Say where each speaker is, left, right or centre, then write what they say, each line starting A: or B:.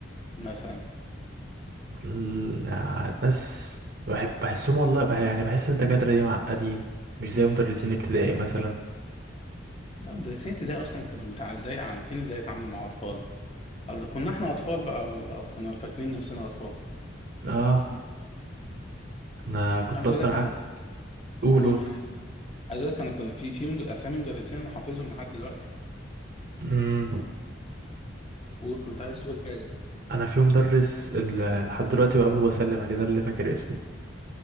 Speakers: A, on the left; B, on the right.
A: مثلا
B: ال- يعني ناس بحب بحسهم والله بح يعني بحس الدكاتره دي معقدين مش زي مدرسين ابتدائي مثلا
A: لا مدرسين ابتدائي اصلا كانوا بتاع ازاي عارفين ازاي يتعاملوا مع اطفال او لو كنا احنا اطفال بقى او, أو كنا فاكرين نفسنا اطفال
B: اه انا كنت
A: عايز
B: اكتر
A: اقول لك
B: حاجه
A: انا
B: قولوا
A: قول معايا عايز اقول لك انا كان في في مد- اسامي مدرسين انا حافظهم لحد دلوقتي
B: امم
A: وكنت عايز تقول حاجه
B: انا في مدرس ال- لحد دلوقتي بقابله وبسلم عليه ده اللي فاكر اسمه